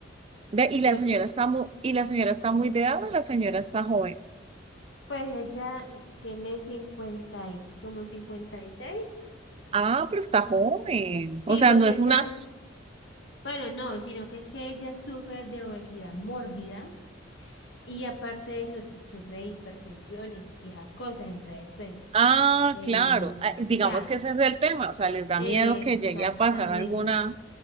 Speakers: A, on the right (about 30°); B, on the left (about 65°).
A: Ve, Y la
B: Porque
A: señora está muy, y la señora está muy de edad o la señora está joven.
B: pues ella tiene 50 y como cincuenta y seis
A: Ah, pero está joven. O
B: sino
A: sea, no
B: que
A: es
B: ella,
A: una.
B: bueno, no, sino que es que ella sufre de obesidad mórbida y aparte de eso ti- sufre de hipertensión y, y esas cosas. Entonces, pues,
A: Ah,
B: eh,
A: claro. Ah, Digamos
B: ya,
A: que ese es el tema. O sea, les da
B: exactamente.
A: miedo que llegue a pasar alguna,